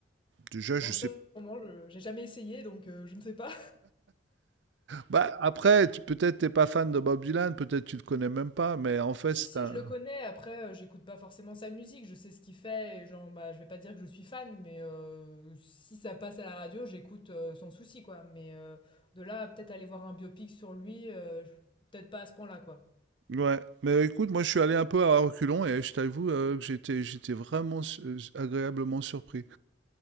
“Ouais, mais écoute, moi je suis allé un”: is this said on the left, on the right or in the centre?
Right